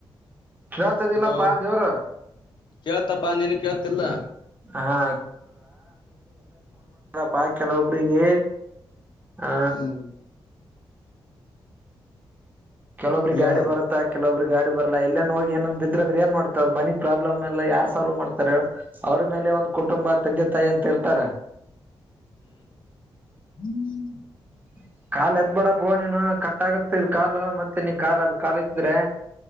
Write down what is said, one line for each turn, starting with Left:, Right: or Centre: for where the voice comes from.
Right: ಕಳ್ತದಿಲ್ಲಪ್ಪ
Left: ಹಲೋ
Right: ದೇವರ
Left: ಕೇಳ್ತಪ್ಪಾ ನೀನ ಕೇಳ್ತಿಲ್ಲ
Right: ಹಾ ಪಾ ಕೆಲೊಬ್ರರಿಗೆ ಆ
Left: ಹ್ಮ್
Right: ಕೆಲೊಬ್ರಿಗೆ ಗಾಡಿ
Left: ಹೇಳು
Right: ಬರತ್ತಾ ಕೆಲವೊಬ್ರ ಗಾಡಿ ಬರ್ಲ್ಲ ಎಲ್ಲಂದನ್ ಹೋಗಿ ಏನಂದ ಬಿದ್ರಂದ್ರೆ ಏನ್ ಮಾಡ್ತಾವ ಮನಿ ಪ್ರಾಬ್ಲಮ್ ಎಲ್ಲ ಯಾರ್ ಸಾಲ್ವ್ ಮಾಡ್ತಾರೆ ಹೇಳು ಅವ್ರ ಮೇಲೆ ಒಂದ್ ಕುಟುಂಬ ತಂದೆ ತಾಯಿ ಅಂತ ಇರ್ತಾರ
Left: ಹ್ಮ್ <inaudible>
Right: ಹ್ಮ <inaudible> ಕಾ ಎತ್ಬೇಡಪ್ಪ ಹ ನೀನು ಕಟ್ಟಟ್ಗತ್ತ ಇದ್ ಕಾಲು ಮತ್ತೆ ನೀ ಕಾಲ್ ಅದ ಕಾಲ್ ಏತ್ತೆದರೆ